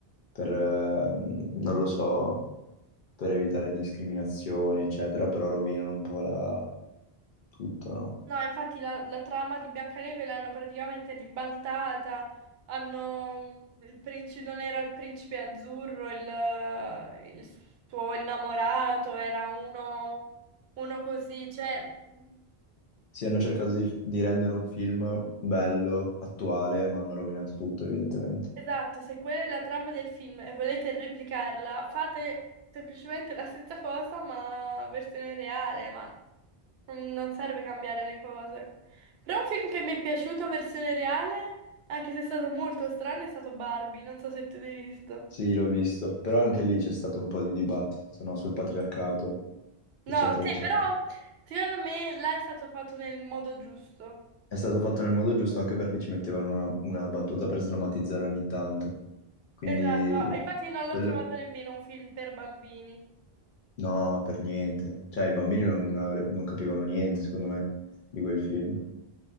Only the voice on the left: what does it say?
Per, ehm, non lo so per evitare discriminazioni, eccetera, però rovinano un po' la... tutto, no?
Sì, hanno cercato di, di rendere un film bello, attuale, ma hanno rovinato tutto, evidentemente.
Sì, l'ho visto, però anche lì c'è stato un po' di dibattito, no? Sul patriarcato,
eccetera,
eccetera.
È stato fatto nel modo giusto anche perché ci mettevano una, una battuta per sdrammatizzare ogni tanto. Quindi,
quello...
No, per niente. Cioè, i bambini non, avre- non capivano niente, secondo me, di quel film.